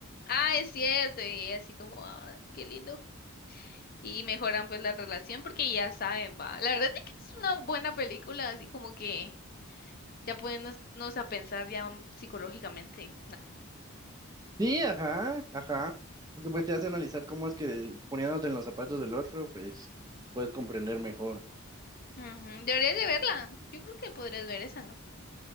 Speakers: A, on the left; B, on the right.
A: Ah, es cierto, y ella así como, ah, qué lindo. Y mejoran pues la relación porque ya saben, va. La verdad es que es una buena película, así como que ya poniéndonos a pensar ya psicológicamente.
B: Sí, ajá, ajá. Porque pues te hace analizar cómo es que poniéndote en los zapatos del otro, pues puedes comprender mejor.
A: Ujú, Deberías de verla. Yo creo que podrías ver esa, ¿no?